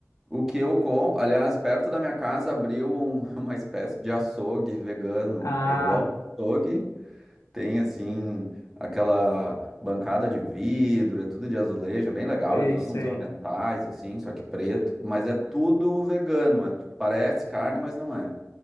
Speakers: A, in the centre; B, on the left.
A: O que eu compro, aliás, perto da minha casa abriu um- <laughs> uma espécie de açougue vegano.
B: Ah,
A: É igual um açougue, tem assim aquela bancada de vidro, é tudo de azulejo, é bem legal.
B: Sei,
A: Eles usam
B: sei.
A: uns aventais assim, só que preto, mas é tudo vegano. É tu- parece carne, mas não é.